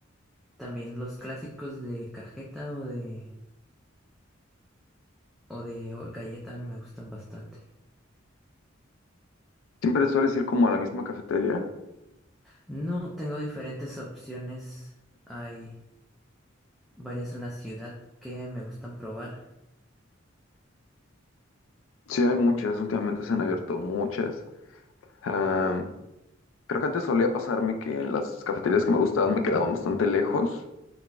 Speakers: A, in the centre; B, on the left.
A: También los clásicos de cajeta o de, o de o- galleta me gustan bastante.
B: Siempre sueles ir como a la misma cafetería.
A: No tengo diferentes opciones. Hay varias en la ciudad que me gustan probar.
B: Sí, hay muchas, últimamente se han abierto muchas. Am, creo que antes solía pasarme que las cafeterías que me gustaban me quedaban bastante lejos,